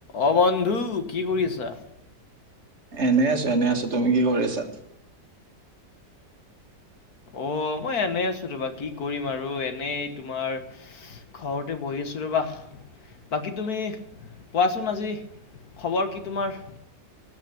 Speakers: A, on the left; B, on the right.
A: অ, বন্ধু, কি কৰি আছা?
B: এনেই আছো, এনেই আছো, তুমি কি কৰি আছা?
A: অ, মই এনেই আছো তোমা, কি কৰিম আৰু এনেই তোমাৰ ঘৰতে বহি আছো ৰ'বা। বাকী তুমি কোৱাচোন আজি, খবৰ কি তোমাৰ?